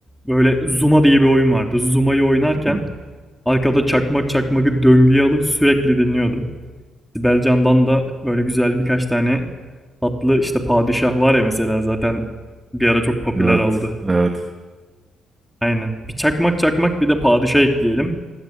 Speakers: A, in the centre; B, on the right.
A: böyle Zuma diye bir oyun vardı. Zuma'yı oynarken
B: <laughs>
A: arkada çakmak çakmakı döngüye alıp sürekli dinliyordum. Sibel Can'dan da böyle güzel birkaç tane tatlı işte padişah var ya mesela zaten bir ara çok popüler
B: Evet
A: oldu.
B: evet.
A: Aynen. Bir çakmak çakmak bir de padişah ekleyelim.